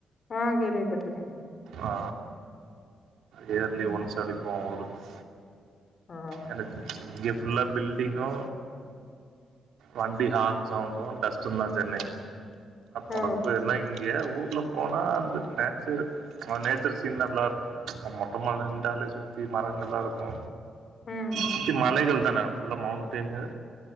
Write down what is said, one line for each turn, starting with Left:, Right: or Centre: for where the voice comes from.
Left: ஆ கேள்விப்பட்டுறுகே
Right: ஆ இயர்லி
Left: ம்
Right: ஒன்ஸ் அப்டிப்போவோ ஊருக்கு
Left: ஆ சேரி
Right: எனக்கு இங்க ஃபுல்லா பில்டிங்கு வண்டி ஹாரன் சவுன்டு டஸ்ட்டு தா சென்னை
Left: ஓ
Right: உடப்பு எல்லா இங்க ஊர்ல போனா அந்த நெச்சுரல் அந்த நெச்சுரல் சீன் நல்லா இருக்கு ம்ச் மொட்ட மலை இருந்தாலே சுத்தி மரங்கள் எல்லா இருக்கு
Left: ம் ம்
Right: சுத்தி மலைகள் தான ஃபுல்லா மௌண்டைனு